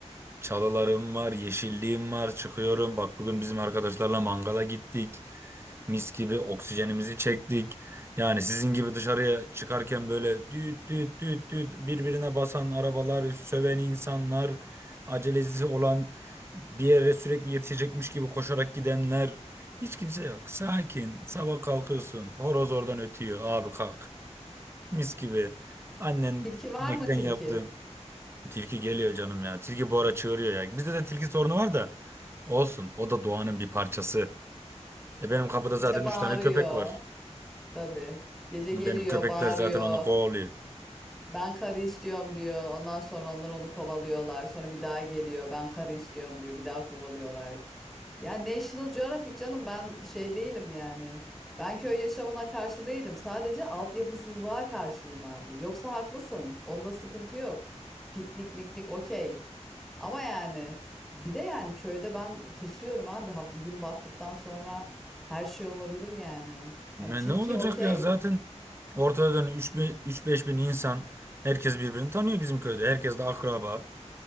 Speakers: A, on the right; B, in the centre.
A: Çalılarım var, yeşilliğim var. Çıkıyorum. Bak bugün bizim arkadaşlarla mangala gittik. Mis gibi oksijenimizi çektik. Yani sizin gibi dışarıya çıkarken böyle düt düt düt düt birbirine basan arabalar, söven insanlar, acelesi olan bir yere sürekli yetişecekmiş gibi koşarak gidenler. Hiç kimse yok. Sakin. Sabah kalkıyorsun. Horoz oradan ötüyor. Abi kalk. Mis gibi. Annen
B: Tilki var
A: inekten
B: mı tilki?
A: yaptı. Tilki geliyor canım ya. Tilki bu ara çığırıyor ya. Bizde de tilki sorunu var da olsun. O da doğanın bir parçası. E benim kapıda
B: Gece
A: zaten 3
B: bağırıyor.
A: tane köpek var.
B: Tabii. Gece
A: Benim
B: geliyor,
A: köpekler
B: bağırıyor.
A: zaten onu kovalıyor.
B: Ben karı istiyorum diyor. Ondan sonra onlar onu kovalıyorlar. Sonra bir daha geliyor. Ben karı istiyorum diyor. Bir daha kovalıyorlar. Ya National Geographic canım ben şey değilim yani. Ben köy yaşamına karşı değilim. Sadece altyapısızlığa karşıyım abi. Yoksa haklısın. Onda sıkıntı yok. Piknik miknik okey. Ama yani bir de yani köyde ben tırsıyorum abi Ha- gün battıktan sonra her şey olabilir yani.
A: Ne,
B: Yani tilki
A: ne olacak
B: okey
A: ya zaten ortada üç beş bin insan. Herkes birbirini tanıyor bizim köyde. Herkes de akraba.